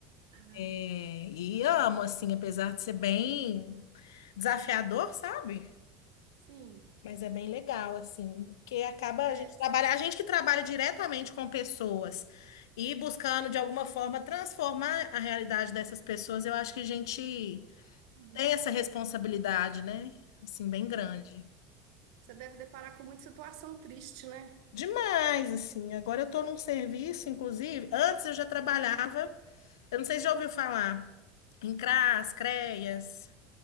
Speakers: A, on the right; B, on the left.
A: Ah,
B: é, e amo, assim, apesar de ser bem desafiador, sabe?
A: sim.
B: Mas é bem legal, assim, porque acaba
A: É.
B: a gente trabalhar, a gente que trabalha diretamente com pessoas e buscando, de alguma forma, transformar a realidade dessas pessoas, eu acho que a gente
A: Uhum,
B: tem essa responsabilidade, né? Assim, bem grande.
A: uhum. Você deve deparar com muita situação triste, né?
B: Demais, assim. Agora eu estou num serviço, inclusive. Antes eu já trabalhava, eu não sei se já ouviu falar, em CRAS, CREAS.